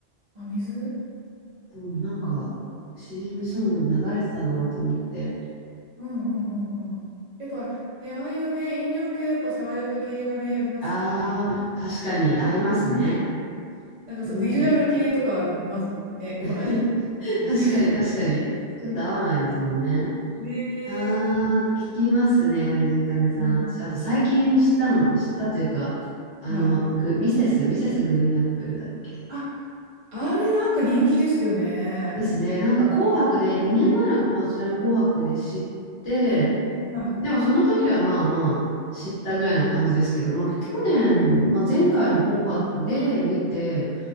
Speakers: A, on the right (about 45°); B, on the left (about 70°).
A: あ、水
B: でもなんか CM ソングで流れてたなと思って。
A: うんうんうんうん。やっぱね、ああいうね、飲料系はやっぱ爽やか系がね、ありますよね。
B: ああ、確かに合いますね。
A: <laughs> うんなんかそう、
B: うん。
A: ビジュアル系とかはまずね、来ないです。
B: <laughs> 確かに確かに。ちょっと合わないですもんね。
A: <laughs> ね
B: ああ、
A: え、そう。
B: 聞きますね、藤井風さん。
A: うん、
B: 私あと最近知ったの、知ったというか、あの、
A: はい。
B: グ、ミセス、ミセスグリーンアップルだっけ
A: あ、あれなんか人気ですよね。
B: です。ですね。なんか紅白で、2年前の、まあそれも紅白で知って、
A: は
B: でもその時はまあまあ知ったぐらいな感じですけど、まあ去年、まあ前回の紅白で見て、